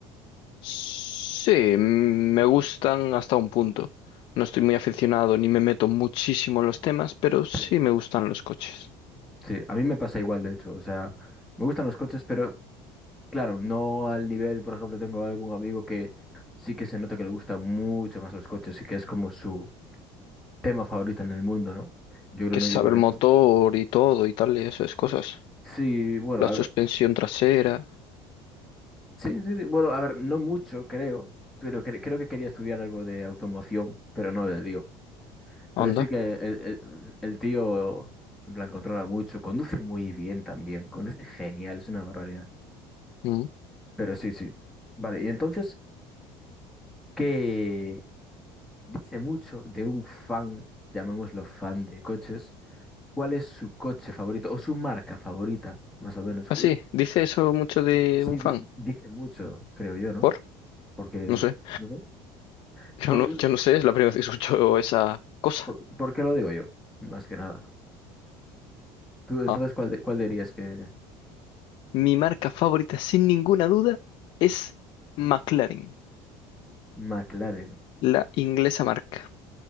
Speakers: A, on the left; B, in the centre.
A: Sí, mm, me gustan hasta un punto. No estoy muy aficionado ni me meto muchísimo en los temas, pero sí
B: Sí.
A: me gustan los coches.
B: Sí, a mí me pasa igual, de hecho, o sea, me gustan los coches, pero Claro, no al nivel, por ejemplo, tengo algún amigo que sí que se nota que le gustan mucho más los coches y que es como su, tema favorito en el mundo, ¿no? Yo creo
A: Que
B: que
A: se
B: no llego
A: sabe
B: a
A: el motor
B: eso.
A: y todo y tal, y esas cosas.
B: Sí, bueno,
A: La
B: a
A: suspensión
B: ver,
A: trasera,
B: sí, sí, sí, bueno, a ver, no mucho, creo, pero cre- creo que quería estudiar algo de automoción, pero no le dio. Pero
A: anda.
B: sí que el, el- el tío, en plan, controla mucho, conduce muy bien también, conduce genial, es una barbaridad.
A: ¿no?
B: Pero sí, sí. Vale, y entonces, ¿qué dice mucho de un fan, llamémoslo fan de coches? ¿Cuál es su coche favorito o su marca favorita, más o menos?
A: Así, dice eso mucho de un
B: Sí, di-
A: fan.
B: dice mucho, creo yo, ¿no?
A: ¿Por?
B: Porque,
A: No sé.
B: no sé,
A: Yo
B: ¿por,
A: no, yo no sé, es la primera vez que escucho esa cosa.
B: por, por qué lo digo yo? Más que nada. Tú, entonces,
A: Ah.
B: ¿cuál, de- cuál dirías que
A: Mi marca favorita, sin ninguna duda, es McLaren,
B: McLaren,
A: la inglesa marca.